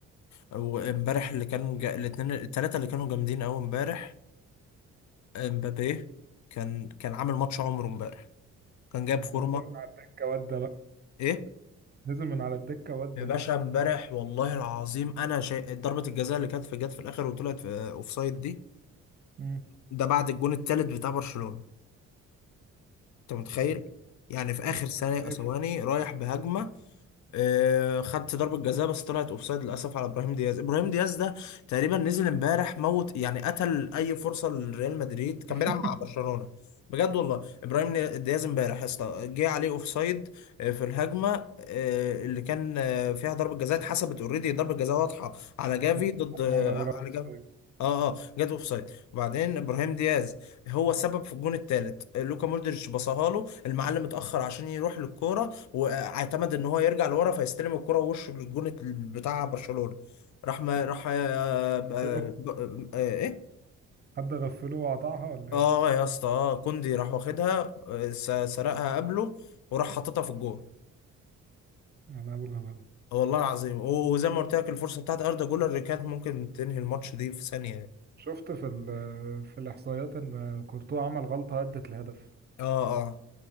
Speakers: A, on the left; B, on the right.
A: وامبارح اللي كان جا... الاثنين الثلاثه اللي كانوا جامدين قوي امبارح امبابي كان كان عامل ماتش عمره امبارح كان جاب
B: ما
A: فورمه
B: هو نزل من على الدكه وده بقى
A: ايه
B: نزل من على الدكه وده
A: يا باشا امبارح والله العظيم انا شيء ضربة الجزاء اللي كانت في جت في الاخر وطلعت في اوفسايد دي
B: امم
A: ده بعد الجون التالت بتاع برشلونة انت متخيل
B: انا
A: يعني في اخر
B: انا
A: ثانية
B: كنت شايف
A: ثواني رايح بهجمة آه، خدت ضربة جزاء بس طلعت اوفسايد للاسف على ابراهيم دياز ابراهيم دياز ده تقريبا نزل امبارح موت يعني قتل اي فرصة لريال مدريد كان
B: <laughs>
A: بيلعب مع برشلونة بجد والله ابراهيم دياز امبارح يا اسطى جه عليه اوفسايد آه، في الهجمة آه، اللي كان آه، فيها ضربة جزاء اتحسبت اوريدي ضربة جزاء واضحة على جافي
B: بس
A: ضد
B: الهجمه
A: آه،
B: منوره في
A: على جافي
B: الصيد
A: اه اه جت اوف سايد وبعدين ابراهيم دياز هو سبب في الجون الثالث لوكا مودريتش بصاها له المعلم اتاخر عشان يروح للكوره واعتمد ان هو يرجع لورا فيستلم الكرة ووشه للجون بتاع برشلونة راح ما راح آه، ب-
B: غفله
A: ب- آه، ايه
B: حد غفله وقطعها ولا
A: اه
B: ايه
A: يا اسطى اه كوندي راح واخدها آه، س- سرقها قبله وراح حاططها في الجون
B: انا ابو الغباوه
A: آه، والله العظيم و- وزي ما قلت لك الفرصة بتاعت اردا جولر اللي كانت ممكن تنهي الماتش دي في ثانية
B: شفت في ال- في الاحصائيات ان كورتوا عمل غلطه ادت لهدف
A: اه اه